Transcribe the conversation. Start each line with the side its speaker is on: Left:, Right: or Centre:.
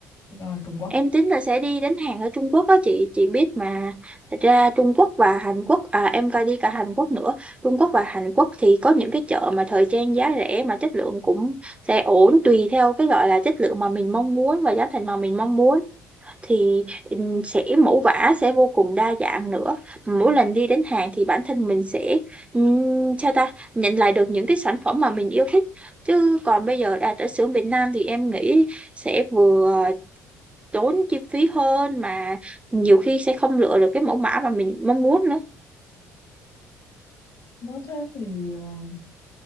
Left: ờ, Trung Quốc
Right: Em tính là sẽ đi đến Hàn ở Trung Quốc á chị chị biết mà thật ra Trung Quốc và Hàn Quốc à em coi đi cả Hàn Quốc nữa Trung Quốc và Hàn Quốc thì có những cái chợ mà thời trang giá rẻ mà chất lượng cũng sẽ ổn tùy theo cái gọi là chất lượng mà mình mong muốn và giá thành mà mình mong muốn thì ừm, sẽ mẫu vã sẽ vô cùng đa dạng nữa mỗi lần đi đến Hàn thì bản thân mình sẽ ừm, sao ta nhận lại được những cái sản phẩm mà mình yêu thích chứ còn bây giờ đã tới xưởng Việt Nam thì em nghĩ sẽ vừa tốn chi phí hơn mà nhiều khi sẽ không lựa được cái mẫu mã mà mình mong muốn nữa
Left: Nếu thế thì ờ,